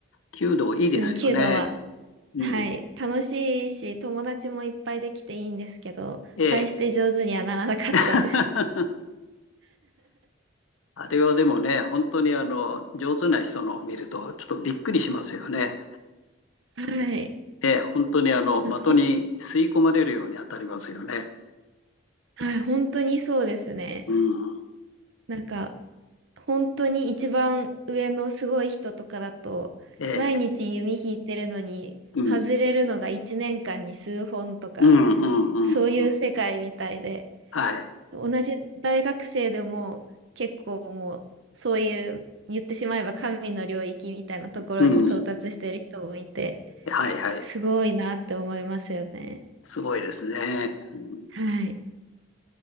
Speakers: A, on the left; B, on the right.
A: 弓道いいですよね。
B: でも弓道は、
A: うん。
B: はい、楽しいし、友達もいっぱいできていいんですけど、
A: ええ。
B: 大して上手にはならなかったです。
A: <laughs> あれはでもね、本当にあの、上手な人のを見ると、ちょっとびっくりしますよね。
B: はい。
A: ええ、本当にあの、
B: なんかほん、
A: 的に吸い込まれるように当たりますよね。
B: はい、本当にそうですね。
A: うん。
B: なんか、本当に一番上のすごい人とかだと、
A: ええ。
B: 毎日弓引いてるのに、
A: うん。
B: 外れるのが1年間に数本とか、
A: うん、うん、うん、
B: そういう世界みたいで、
A: うん。はい。
B: 同じ大学生でも結構もう、そういう、言ってしまえば神の領域みたいなところに到達してる人もいて、
A: うん。はい、はい。
B: すごいなって思いますよね。
A: すごいですね。うん、
B: はい。